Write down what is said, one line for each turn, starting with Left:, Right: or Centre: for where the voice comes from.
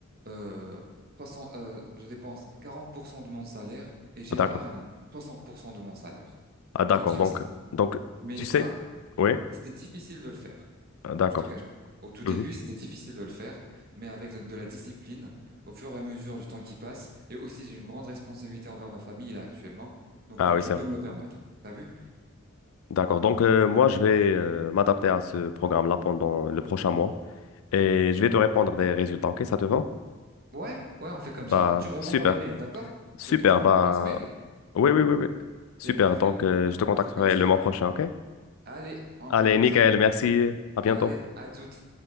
Right: euh, 60 euh, je dépense 40% de mon salaire et j'épargne
Left: Ah, D'accord.
Right: 60% de mon salaire,
Left: Ah, d'accord.
Right: pour être
Left: Donc,
Right: exact.
Left: donc,
Right: Mais
Left: tu
Right: ça,
Left: sais, oui,
Right: c'était difficile de le faire.
Left: Ah, d'accord.
Right: Je te cache pas. Au tout
Left: Mhm.
Right: début, c'était difficile de le faire, mais avec de la discipline, au fur et à mesure du temps qui passe, et aussi j'ai une grande responsabilité envers ma famille là actuellement, donc
Left: Ah
Right: euh,
Left: oui,
Right: je
Left: c'est
Right: peux
Left: vrai.
Right: me le permettre. T'as vu?
Left: D'accord. Donc, euh, moi, je vais euh, m'adapter à ce programme-là pendant le prochain mois et je vais te répondre des résultats. OK, ça te va?
Right: Ouais, ouais, on fait comme
Left: Bah,
Right: ça. Tu me réponds
Left: super.
Right: par email, d'accord?
Left: Super.
Right: Tu as toujours
Left: Bah,
Right: mon adresse mail?
Left: oui, oui, oui, oui. Super.
Right: C'est parfait.
Left: Donc, euh, je te contacterai
Right: On fait comme ça.
Left: le mois prochain. OK?
Right: Allez, on
Left: Allez,
Right: fait comme
Left: nickel.
Right: ça.
Left: Merci. À bientôt.
Right: Allez, à toutes.